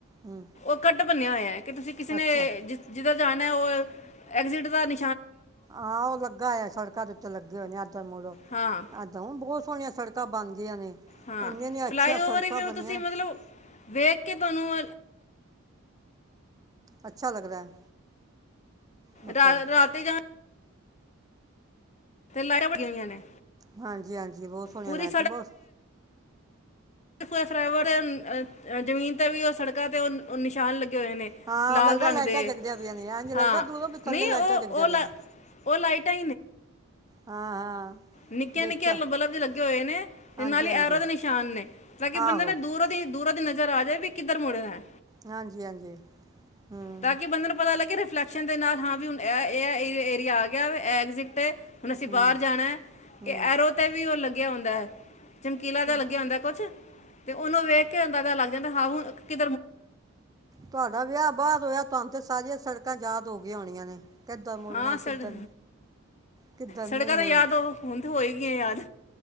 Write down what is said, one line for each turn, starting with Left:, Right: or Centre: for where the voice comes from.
Right: ਹੂੰ
Left: ੱ ਬਣਿਆ ਹੋਇਆ ਹੈ ਕਿ ਤੁਸੀਂ ਕਿਸੇ ਨੇ
Right: ਅੱਛਾ
Left: ਜ ਜਿੱਦਾਂ ਜਾਣਾ ਉਹ ਐਗਜ਼ਿਟ ਦਾ ਨ
Right: ਆਾਂ ਉਹ ਲੱਗਾ ਆਆ ਸੜਕਾਂ ਦੇ ਉੱਤੇ ਲੱਗੇ ਹੋਏ ਨੇ ਇੱਦ ਮੁੜੋ
Left: ਹਾਂ
Right: ਇੱਦਾਂ ਬਹੁਤ ਸੋਹਣੀਆਂ ਸੜਕਾਂ ਬਣ ਗਈਆਂ ਨੇ
Left: ਹਾਂ
Right: ਇੰਨੀਆਂ ਨੇ ਅੱਛੀਆਂ
Left: ਫਲਾਈਓਵਰ
Right: ਸੜਕਾਂ
Left: ਵੀ
Right: ਬਣੀਆਂ
Left: ਤੁਸੀਂ ਮਤਲਬ ਵੇਖ ਕੇ ਤੁਹਾਨੂੰ
Right: ਅੱਛਾ ਲੱਗਦਾ ਹੈ ਮਤਲਬ
Left: ਰਾ ਰਾਤ ਜਾ ਤੇ ਲਾਰਾਂ ਵੜੀਆਂ ਹੋਈਆਂ ਨੇ
Right: ਹਾਂਜੀ ਹਾਂਜੀ ਜੀ ਬਹੁਤ ਸੁਣਿਆ
Left: ਪੂਰੀ
Right: ਲੈ ਤੇ ਬਹੁਤ
Left: ਫਈਵਰ ਜ਼ਮੀਨ ਤੇ ਵੀ ਉਹ ਸੜਕਾਂ ਤੇ ਉਹ ਨਿਸ਼ਾਨ ਲੱਗੇ ਹੋਏ ਨੇ
Right: ਹਾਂ
Left: ਲਾਲ
Right: ਉਹ ਲੱਗਦਾ
Left: ਰੰਗ
Right: ਲਾਈਟਾਂ
Left: ਦੇ
Right: ਜਗਦਿਆਂ ਪਈਆਂ ਨੇ ਇਝ ਲੱਗਦਾ
Left: ਹਾਂ
Right: ਦੂਰੋਂ ਵੀ
Left: ਨਹੀਂ
Right: ਥੱਲੇ ਲਾਈਟਾਂ
Left: ਉਹ
Right: ਜਗਦਿਆਂ
Left: ਉਹ ਲਾ
Right: ਪਿਆਆਂ
Left: ਉਹ ਲਾਈਟਾਂ
Right: ਹਾਂ ਹਾਂ
Left: ਨਿੱਕੇੀਆਂ
Right: ਦੇਖਿਆ
Left: ਨਿੱਕੇੀਆਂ ਬਲਬ ਦੇ ਲੱਗੇ ਹੋਏ ਨੇ ਤੇ
Right: ਹਾਂਜੀ
Left: ਨਾਲ ਹੀ
Right: ਹਾਂਜੀ
Left: ਐਰ ਦੇ ਨਿਸ਼ਾਨ ਨੇ ਤਾਂ ਕਿ ਬੰਦੇ
Right: ਆਹੋ
Left: ਨੇ ਦੂਰ ਦੀ ਦੂਰਰਾ ਦੀ ਨਜ਼ਰ ਆ ਜਾਵੇ ਵੀ ਕਿੱਧਰ ਮੁੜੇ ਦਾ
Right: ਹਾਂਜੀ ਹਾਂਜੀ ਹੂੰ
Left: ਤਾਂ ਕਿ ਬੰਦੇ ਨੂੰ ਪਤਾ ਲੱਗੇ ਫਲੈਕਸ਼ਨ ਦੇ ਨਾਲ ਹਾਂ ਵੀ ਹੁਣ ਇਹ ਏਰੀਆ ਆ ਗਿਆ ਐਗਜ਼ਿਟ ' ਹੁਣ ਅਸੀਂ
Right: ਹੂੰ
Left: ਬਾਹਰ ਜਾਣਾ
Right: ਹੂੰ
Left: ਇਹ ਐਰੋ ਤੇ ਵੀ ਉਹ ਲੱ ਗੇ ਆਉਂਦਾ ਹੈ ਚਮਕੀਲਾ
Right: ਚਲੋ,
Left: ਦਾ ਲੱਗਿਆ ਹੁੰਦਾ ਕੁਛ ਤੇ ਉਹਨੂੰ ਵੇਖ ਕੇ ਆਂਦਾ ਤਾਂ ਲੱਗ ਜਾਂਦਾ ਹਾਂ ਹੁਣ ਕਿ
Right: ਤੁਹਾਡਾ ਵਿਆਹ ਬਾਹ ਹੋਇਆ ਤੁਹਾਨੂੰ ਤੇ ਸਾਰੀਆਂ ਸੜਕਾਂ ਯਾਦ ਹੋ ਗਈ ਆਉਣੀਆਂ ਨੇ ਕਿੱਦਾਂ ਮੁੜਨਾ
Left: ਆਾਂ ਸੁਲ
Right: ਕਿੱਦਾਂ ਕਿੱਦਾਂ ਨਹੀਂ
Left: ਸੜਕਾਂ
Right: ਮੁੜ
Left: ਤੇ ਯਾਦ ਹੋ ਹੁਣ ਹੋ ਹੀ ਗੀਆਂ ਯਾਦ